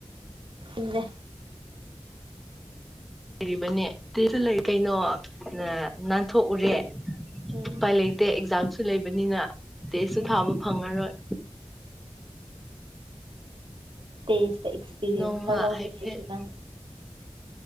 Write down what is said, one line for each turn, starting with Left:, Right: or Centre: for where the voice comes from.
Right: ꯏꯟꯅꯦ
Centre: ꯏꯕꯅꯦ ꯇ꯭ꯔꯦꯁꯨꯂꯦ ꯀꯩꯅꯣ ꯅ ꯅꯥꯟ ꯊꯣꯛꯎꯔꯦ
Right: ꯎꯝ
Centre: ꯎꯄꯥꯏ ꯂꯩꯇꯦ ꯑꯦꯛꯖꯥꯝꯁꯨ ꯂꯩꯕꯅꯤꯅ ꯇꯦꯁꯨ
Right: ꯎꯝ
Centre: ꯊꯥꯕ ꯐꯪꯉꯔꯣꯏ
Right: ꯇꯦꯁ ꯑꯦꯛꯁꯄꯤꯔꯤꯌꯦꯟꯁ
Centre: ꯅꯣꯡꯃ
Right: ꯈꯔ ꯂꯧ
Centre: ꯍꯥꯏꯐꯦꯠ
Right: ꯒꯦ ꯑꯩꯁꯨ ꯊꯪ